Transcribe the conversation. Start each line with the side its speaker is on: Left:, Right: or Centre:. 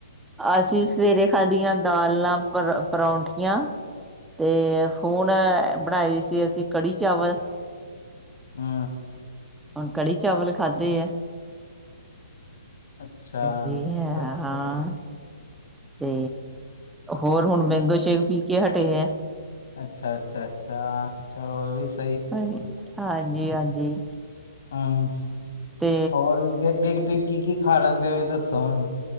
Centre: ਅਸੀਂ ਸਵੇਰੇ ਖਾਦੀਆਂ ਦਾਲ ਨਾਲ ਪਰੌਂਠੀਆਂ ਤੇ ਹੋਨ ਬਣਾਈ ਸੀ ਅਸੀਂ ਕੜੀ ਚਾਵਲ
Left: ਹੂੰ
Centre: ਹੁਣ ਕੜੀ ਚਾਵਲ ਖਾਧੇ ਐ।
Left: ਅੱਛਾ
Centre: ਜੀ ਹੇ
Left: ਅੱਛਾ
Centre: ਹਾਂ। ਤੇ ਹੋਰ ਹੁਣ ਮੈਂਗੋ ਸ਼ੇਕ ਪੀ ਕੇ ਹਟੇ ਆਂ।
Left: ਅੱਛਾ -ਅੱਛਾ- ਅੱਛਾ ਚਲੋ ਇਹ ਵੀ ਸ
Centre: ਹਾਂ ਹਾਂਜੀ- ਹਾਂਜੀ।
Left: ਹਾਂ
Centre: ਤੇ
Left: ਔਰ ਅੱਗ ਅੱਗੇ ਕ ਕੀ -ਕੀ ਖਾ ਲੈਂਦੇ ਓ ਏ ਦੱਸੋ ਹੁਨ